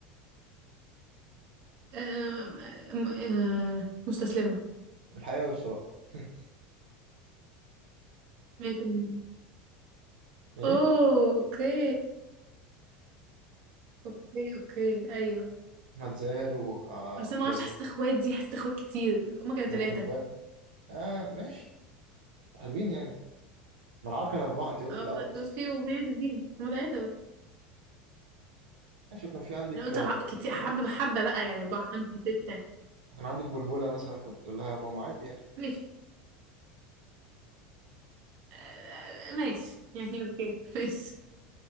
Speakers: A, on the right; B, on the right.
A: آم، آم، آه، مستسلمة
B: الحقيقة والسراب <laughs>
A: 100%
B: ايه
A: اوه اوكي اوكي اوكي ايوه
B: احمد زاهر وطارق
A: بس انا ما اعرفش حاسه
B: لطفي
A: اخوات دي حاسه اخوات كتير هما كانوا
B: هم
A: ثلاثة
B: كانوا اخوات اه ماشي حلوين يعني ما العار كان اربعة انت قلتي
A: اه
B: العار
A: ط-
B: اصلا
A: بس في ومية دي هما ثلاثة بس
B: ماشي وكان في عندك
A: انا قلت
B: آه،
A: الع- كتير حبة بحبة بقى يعني اربعة خمسة ستة
B: كان عندك بلبلة مثلا كانت بتقول لها يا ماما عادي يعني
A: ماشي آه، ماشي يعني اوكي <laughs> ماشي